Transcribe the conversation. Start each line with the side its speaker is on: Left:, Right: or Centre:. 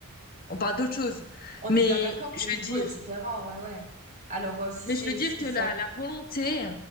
Left: on parle d'autre chose.
Right: On
Left: Mais
Right: est bien d'accord que
Left: je
Right: le niveau
Left: veux dire,
Right: est différent, ouais, ouais. Alors, euh, si
Left: mais
Right: c'est,
Left: je veux dire
Right: si
Left: que
Right: c'est,
Left: la, la volonté,